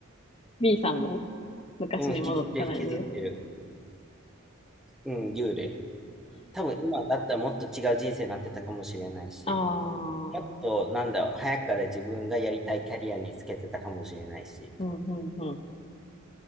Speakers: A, on the left; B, in the centre.
A: B さんも昔に戻ったら言う
B: うん、引きずってる、引きずってる。うん、幽霊。多分今だったらもっと違う人生になってたかもしれないし、
A: ああー、
B: もっと、なんだろう、早くから自分がやりたいキャリアにつけてたかもしれないし、
A: うんうんうん。